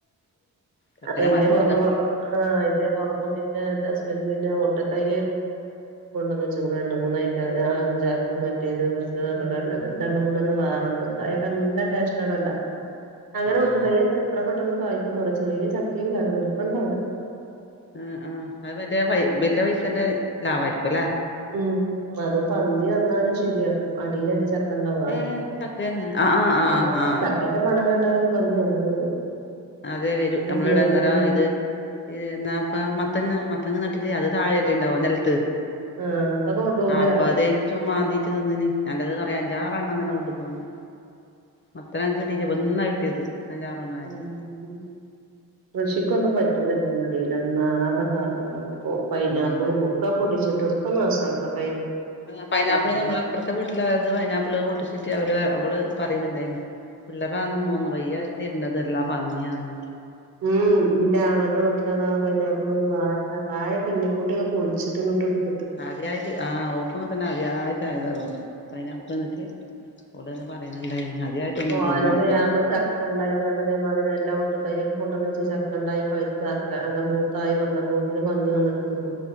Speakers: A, on the left; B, on the right.
A: ചക്കര
B: അതയിന്റെ
A: മരവുണ്ട്
B: പൊറമ
A: ചക്കയില്ല
B: ആ അയിന്റെ പുറമ ആ അയിന്റെ പുറമ പിന്നെ എന്റെ ഹസ്ബന്ഡ പിന്നെ ഒട്ടത്തൈ കൊണ്ടന്നച്ച്ക്ക്ണു രണ്ട് മൂന്നായിട്ട് അങ്ങനെ ആ ഊർജക്ക് മറ്റേത് കുറച്ച് രണ്ടണ്ട് മൂന്നെണ്ണം വേറുണ്ടട്ട് അതൊെല്ല ടേസ്റ്റ ആണല്ലോ അങ്ങനെ ഒട്ടു
A: ആഹ്
B: തയ്യ എത്ര പെട്ടെന്ന്ന്ന് കായ <unintelligible> ചെറിയ ചക്കയും കറപ്പണ്ടവിടെ
A: ആ ആ അത് മറ്റേ പെയ് വെല്ല്യ പൈസേന്റെ ലാഭമായിരിക്കും അല്ലേ
B: ഉ അതും പന്നി വന്നാലും ശരിയാക്കും അടിൽ ച്ച ക്കണ്ടാവാ
A: ഏഹ് ചക്കന്നെ ആഹ് ആഹ്
B: <unintelligible>
A: ആഹ് ആഹ്
B: ചക്കന്റെ മണ പട്ടാലൊക്കെന്നി എല്ല വരും
A: അതെ വരും
B: അതിന്റെ
A: നമ്മള
B: സ്മെല്ലും
A: ഇവിടെ നേരം ഇത് എന്നാപ്പ മത്തങ്ങ മത്തങ്ങ നട്ടിട്ടേ അത് താഴെല്ലെണ്ടാവ നിലത്ത്
B: ആഹ് അതൊക്കെ കൊണ്ടോവൂലേ
A: ആ അപ്പൊ അത് ഏറ്റവും മാന്തിട്ട് തിന്നന് എന്റെത് കൊയാ ജാറെെണ്ണ അങ്ങനെ കൊണ്ടു പോയിന് മത്ര കിട്ടീട്ട ഒന്നാ കിട്ടിയത് അഞ്ചാറെണ്ണായത്
B: ഉം കൃഷിക്കൊന്നും പറ്റൂലറ്റോ വെള്ള <unintelligible> ഒന്നാകെ താറുമാറാ ഇപ്പോ പൈനാപ്പിളും
A: ഉം അതെ
B: ഒക്കാ പൊട്ടിച്ചിട്ടോ <unintelligible>
A: പൈനാപ്പിള് നമ്മള് അപ്പറത്തെ വീട്ടിലെ അവരത് പൈനാപ്പിള് പൊട്ടിച്ചിട്ട് അവര് ഓള് പറയുന്നുണ്ടായിന്. <unintelligible>
B: ഉം
A: മൂന്ന് വയ്യായിർന്ന്. <unintelligible> പന്നിയാന്ന്.
B: ഉം എന്റെ ആങ്ങളെന്റെ വീട്ടിലതാ പൈനാപ്പിള് വാ <unintelligible> പൊടിച്ചിട്ട് ഇങ്ങട്ട് എടു
A: അദ്യായിട്ട് ആഹ് <unintelligible> തന്നെ അത്യായിട്ട് ആയതാ ഓര് പൈനാപ്പിൾ തിന്നിട്ട് <unintelligible> പറയുന്നുണ്ടായിന് ആദ്യായിട്ടൊന്ന്
B: ഓന്
A: തിന്നാൻ
B: ഫ്രീയാകുമ്പോ ചക്ക <unintelligible> <unintelligible> ചക്കണ്ടായി പഴ്ത്ത് എറക്കാ ആകെ മൂത്തായി വന്നപ്പൊത്തിനു പന്നി വന്നിട്ട് തിന്നു